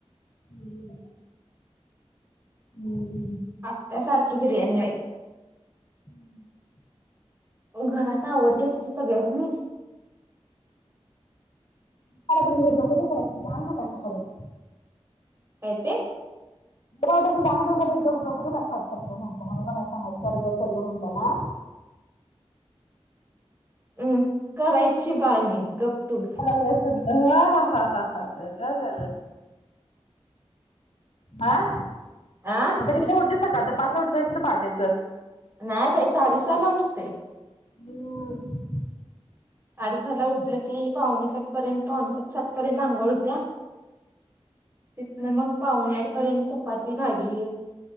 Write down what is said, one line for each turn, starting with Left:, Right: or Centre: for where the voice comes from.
Left: हम्म! हम्म <unintelligible>
Right: आसत्या सारखी बिर्याणी बाई!
Left: हम्म! !
Right: घरात आवडत तिथे सगळ्यासनी.
Left: <inaudible>
Right: काय ते?
Left: तुमाला तस चांग दुखो दुखात म्हणत म्हणे मला साय सर्ज सर् म्हणता ना! <inaudible>
Right: हम्म करायची बाळणी गप्प तू!
Left: <unintelligible> हा हा हा हा हा बग <unintelligible> गग! आ! !
Right: आं!...
Left: आता कितिला उटतीस सकाळच पांचला उठात आशिल पाहाटेच.
Right: नाही बाई साडेसहाला उठतोय.
Left: हम्म.
Right: साडेसाला ला उठलं की पावणेसात पर्यंत पावणेसात सात पर्यंत आघोळ होत्या. तिथन मग पावणे आठ पर्यंत चपाती भाजी.